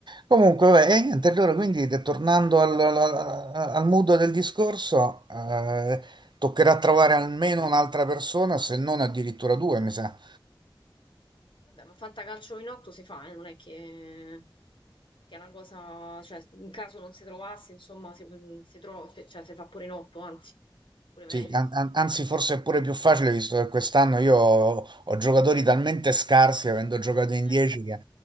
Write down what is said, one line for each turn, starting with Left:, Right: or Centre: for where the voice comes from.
Right: Comunque, vabbè, e niente, allora quindi de- tornando al, al- al mood del discorso, eh, toccherà trovare almeno un'altra persona, se non addirittura due, mi sa.
Left: Vabbè, ma fantacalcio in otto si fa, eh, non è che, che è una cosa, cioè, in caso non si trovasse, insomma, si, mm, si trova, cioè, cioè, si fa pure in otto, anzi, pure
Right: Sì,
Left: meglio.
Right: an- an- anzi forse è pure più facile visto che quest'anno io ho, ho giocatori talmente scarsi, avendo giocato in
Left: Eh,
Right: 10, che,